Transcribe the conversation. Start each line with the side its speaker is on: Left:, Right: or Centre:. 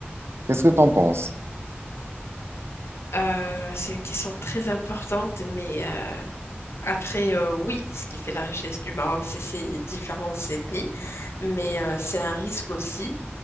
Right: qu'est-ce que tu en penses?
Left: Euh, c'est une question très importante, mais euh, après, euh, oui, ce qui fait la richesse du Maroc, c'est ses différentes ethnies, mais euh, c'est un risque aussi.